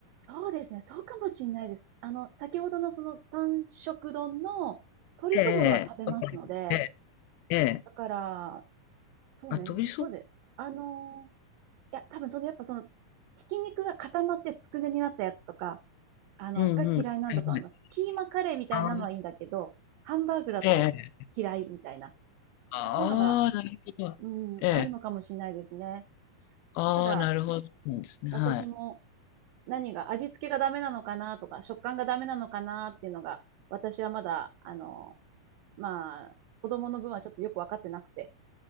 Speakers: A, on the right; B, on the left.
A: そうですね。そうかもしんないです。あの、先ほどのその単色丼の鶏そぼろは食べますので、
B: ええええ。ええ、ええ。
A: だから、そうね、
B: あ、飛びそう
A: そうで、あのーいや、多分その、やっぱその、ひき肉が固まってつくねになったやつとか、あの、
B: うんうん。
A: が嫌いなんだと思います。
B: ええ
A: キーマカレーみたいなのはいいんだけど、
B: あー
A: ハンバーグだと嫌いみたいな、
B: ええああ、
A: そういうのが、
B: なるほど。
A: うん、
B: ええ。
A: あるのかもしれないですね。
B: ああ、
A: ただ、
B: なるほどですね、
A: 私も
B: はい。
A: 何が、味付けがダメなのかなとか、食感がダメなのかなっていうのが、私はまだ、あの、まあ、子供の分はちょっとよくわかってなくて、